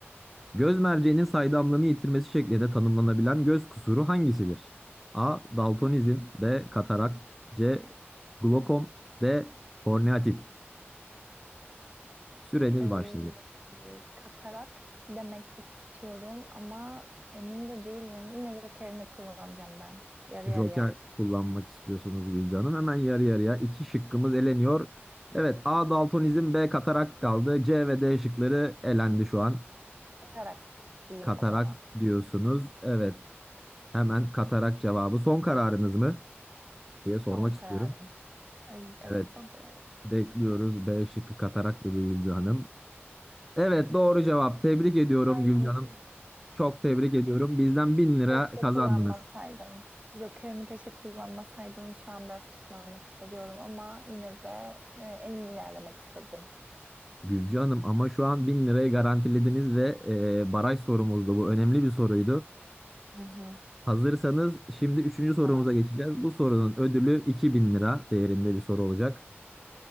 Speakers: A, in the centre; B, on the right (about 30°).
A: Göz merceğinin saydamlığını yitirmesi şeklinde tanımlanabilen göz kusuru hangisidir? A. Daltonizm B. Katarakt C. Glokom D. Korneatit. Süreniz
B: Ee,
A: başladı.
B: e, katarakt demek istiyorum ama emin de değilim. Yine jokerimi kullanacağım ben. Yarı
A: Joker
B: yarıya.
A: kullanmak istiyorsunuz Gülce Hanım. Hemen yarı yarıya iki şıkkımız eleniyor. Evet A daltonizm B katarak kaldı. C ve D şıkları elendi şu an.
B: Katarakt diyeyim
A: Katarak
B: o zaman.
A: diyorsunuz. Evet hemen katarak cevabı. Son kararınız mı diye sormak
B: Son kararım.
A: istiyorum.
B: Ay evet
A: Evet
B: son kararım.
A: bekliyoruz B şıkkı katarak dedi Gülce Hanım. Evet doğru cevap. Tebrik ediyorum
B: Ay
A: Gülce Hanım. Çok tebrik ediyorum. Bizden 1000 lira
B: keşke
A: kazandınız.
B: kullanmasaydım. Jokerimi keşke kullanmasaydım. Şu an biraz pişmanlık hissediyorum ama yine de e, emin ilerlemek istedim.
A: Gülce Hanım ama şu an 1000 lirayı garantilediniz ve e, baraj sorumuzdu. Bu önemli bir soruydu.
B: Hı hı.
A: Hazırsanız şimdi üçüncü sorumuza
B: Tamam.
A: geçeceğiz. Bu sorunun ödülü 2000 lira değerinde bir soru olacak.